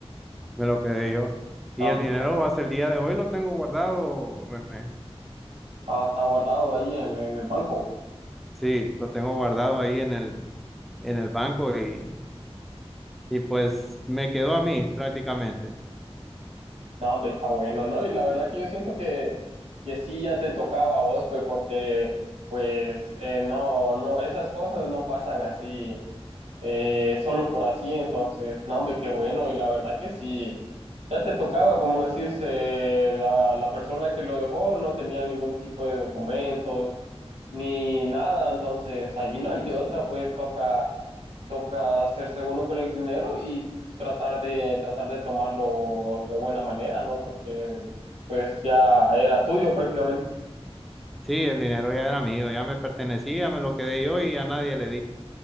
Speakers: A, in the centre; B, on the right.
A: me lo quedé yo.
B: no,
A: Y
B: hombre,
A: el dinero hasta el día de hoy lo tengo guardado, René.
B: está, está guardado ahí en, en el banco.
A: Sí, lo tengo guardado ahí en el, en el banco y, y pues me quedó a mí prácticamente.
B: No, hombre, está bueno, ¿no? Y la verdad que yo siento que, que sí ya te tocaba a vos, pues, porque, pues, eh, no, no, esas cosas no pasan así, eh, solo por así, entonces, no, hombre, qué bueno, y la verdad que sí, ya te tocaba, como decís, eh, la, la persona que lo dejó no tenía ningún tipo de documentos ni nada, entonces allí no hay de otra, pues toca, toca hacerse uno con el dinero y tratar de, tratar de tomarlo de buena manera, ¿no? Porque pues ya era tuyo prácticamente
A: Sí, el dinero ya era mío, ya me pertenecía, me lo quedé yo y a nadie le di.